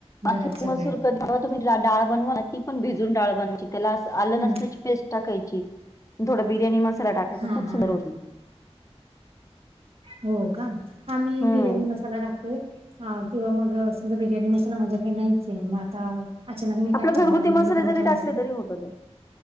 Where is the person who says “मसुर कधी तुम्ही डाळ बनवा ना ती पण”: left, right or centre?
Left